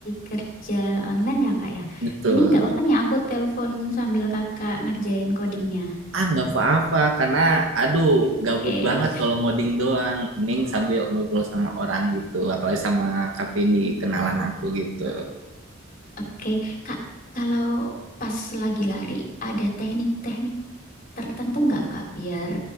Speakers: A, on the left; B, on the right.
A: kerja online ya Kak ya.
B: betul
A: Ini nggak apa-apa nih aku telepon sambil Kakak ngerjain codingnya.
B: ah nggak apa-apa karena aduh
A: Oke.
B: gabut banget kalau ngoding doang mending sambil ngobrol sama orang gitu apalagi sama kak ini kenalan aku gitu
A: Oke, Kak, kalau pas lagi lari ada teknik-teknik tertentu nggak Kak, biar